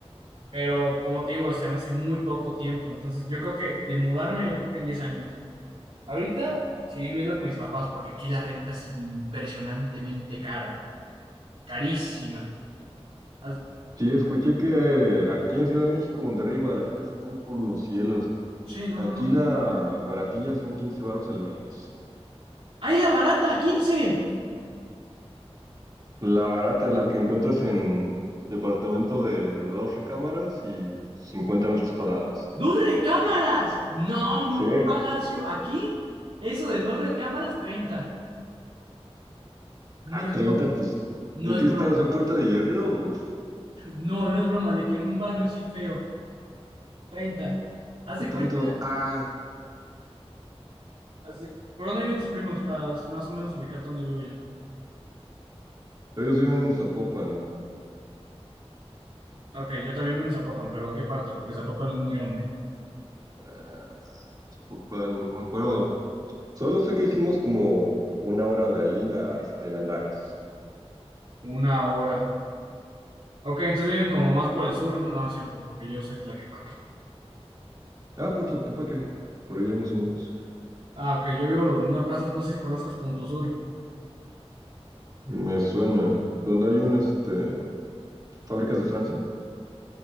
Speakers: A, on the right (about 80°); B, on the right (about 40°).
A: pero como te digo, o sea, me hace muy poco tiempo, entonces yo creo que de mudarme, yo creo que en 10 años. Ahorita seguir viviendo con mis papás porque aquí la renta es impresionantemente cara, carísima. As-
B: Sí, escuché que aquí en Ciudad de México, Monterrey y Guadalajara están por los cielos.
A: Sí, no,
B: Aquí
A: no, no.
B: la baratilla son 15 varos al mes.
A: ¡Ahí la barata, quince,
B: La barata, la que encuentras en departamento de dos recámaras y 50 metros cuadrados.
A: ¡Dos recámaras! No, hombre,
B: Sí,
A: un palacio. Aquí, eso de dos recámaras, 30. No
B: a 30
A: es broma,
B: pues,
A: no
B: ¿en
A: es
B: qué estás?
A: broma.
B: ¿En Puerta de Hierro?
A: <laughs> No, no es broma, de que en un barrio así feo, 30. Haz
B: Poco
A: de
B: tanto.
A: cuenta
B: Ah,
A: Así, ¿por dónde viven tus primos? Para más o menos ubicarte dónde vivo yo.
B: ellos viven en Zapopan.
A: Ok, yo también vivo en Zapopan, pero ¿en qué parte? Porque Zapopan es muy grande.
B: Ah, Zapopan, no me acuerdo. Solo sé que hicimos como una hora de ahí a este Andares.
A: Una hora. Ok, entonces viven como más por el sur. No, no es cierto, porque yo soy Tlaquepaque.
B: Ah, Puerto Arquepaque, por allá más o menos.
A: Ah, ok, yo vivo en una plaza, no sé si conozcas Punto Sur.
B: Me suena. ¿Dónde hay un, este, fábricas de Francia?